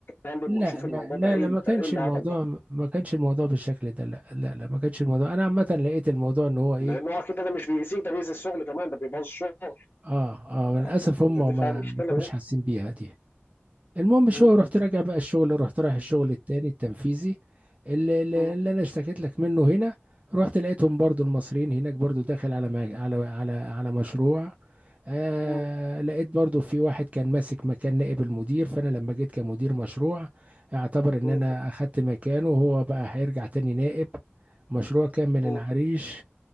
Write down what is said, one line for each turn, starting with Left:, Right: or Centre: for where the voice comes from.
Left: يتكلم
Right: لا
Left: ويشوف
Right: لا
Left: الموضوع
Right: لا
Left: ده ايه
Right: لا ما كانش
Left: ده ايه الهبل
Right: الموضوع
Left: ده
Right: ما كانش الموضوع بالشكل ده لا لا لا ما كانش الموضوع انا عامة لقيت الموضوع ان هو ايه
Left: لان هو كده ده مش بيأذيك ده بيأذي الشغل كمان ده بيبوظ الشغل
Right: اه اه
Left: ده
Right: للاسف
Left: ده
Right: هم
Left: ده دي
Right: ما
Left: فاهم
Right: ما
Left: مشكلة
Right: كانوش
Left: ده
Right: حاسين بيها دي المهم شو
Left: م-
Right: رحت راجع بقى الشغل رحت رايح الشغل التاني التنفيذي اللي, اللي
Left: م-
Right: اللي انا اشتكيت لك منه هنا رحت لقيتهم برضو المصريين هناك برضو داخل على ما على على على مشروع آه
Left: م-
Right: لقيت برضو في واحد كان ماسك مكان نائب المدير فانا لما جيت كمدير مشروع اعتبر ان
Left: م-
Right: انا اخدت مكانه وهو بقى هيرجع تاني نائب مشروع كان من
Left: م-
Right: العريش